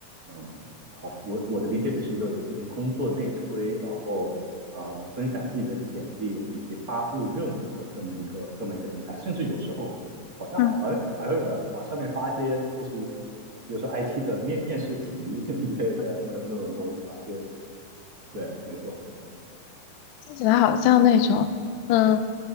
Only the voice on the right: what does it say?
嗯，好像，我我的理解里是一个进行工作内推，然后呃分享自己的简历以及发布任务的这么一个这么一个平台，甚至有时候好像还还会还会往往上面发一些，
就是比如说 IT 的面面试题 <laughs> 一类的那那种东西吧，
就对，没错。